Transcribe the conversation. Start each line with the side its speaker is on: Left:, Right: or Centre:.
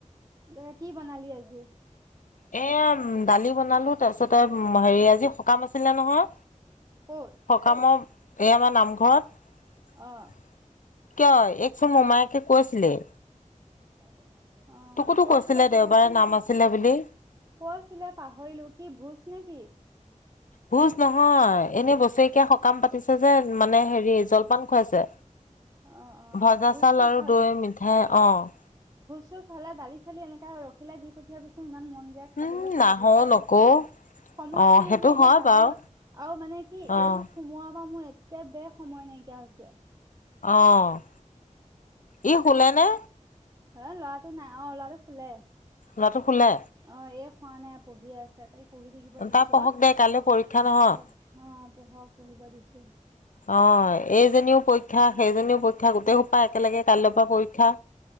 Right: এ কি বনালি আজি
Left: এ দালি বনালো তাৰপিছতে হেৰি আজি সকাম আছিলে নহয়
Right: ক'ত
Left: সকামৰ এই আমাৰ নামঘৰত <unintelligible>
Right: অ',
Left: কিয় এইকচোন মোমায়েকে কৈছিলেই
Right: <unintelligible> অ'
Left: তোকোতো
Right: কৈচিলে
Left: কৈছিলে
Right: চাগে,
Left: দেওবাৰে নাম আছিলে বুলি।
Right: কৈচিলে পাহৰিলো কি ভোজ নে কি?
Left: ভোজ নহয় এনে বছৰেকীয়া সকাম পাতিছো। যে মানে হেৰি জলপান খুৱাইছে,
Right: অ', অ',
Left: ভজা
Right: ভোজ
Left: চাউল
Right: চোজ
Left: আৰু দৈ মিঠাই অ'।
Right: পিচলে দালি চালি এনেকা ৰখিলে দি পঠিয়াবিছোন ইমান ম যায় খাবলৈ
Left: উম
Right: তাৰ
Left: নাহও
Right: বস্তু
Left: নকও
Right: সময়
Left: অ'
Right: নাই
Left: সেইটো
Right: যে এতিয়া
Left: হয়
Right: যাবলৈ
Left: বাৰু
Right: আৰু মানে কি
Left: অ'
Right: এইটোত সোমোৱাৰ পা মোৰ <unintelligible> সময় নাইকিয়া হৈছে।
Left: অ' ই শোলেনে?
Right: এ ল'ৰাটো নাই অ ল'ৰাটো শুলে।
Left: ল'ৰাটো শুলে
Right: অ' এই শুৱা নাই। পঢ়ি আছে তাই। পঢ়ি থাকিব দিছো
Left: তাৰ পঢ়ক
Right: আৰু
Left: দে কাইলৈ পৰীক্ষা নহয়
Right: পঢ়ক অ' পঢ়ক পঢ়িব দিছো। <unintelligible>
Left: অ' এইজনীৰো পৰীক্ষা, সেইজনীৰো প গোটেই সোপা একেলগে কাইলৈৰ পৰা পৰীক্ষা।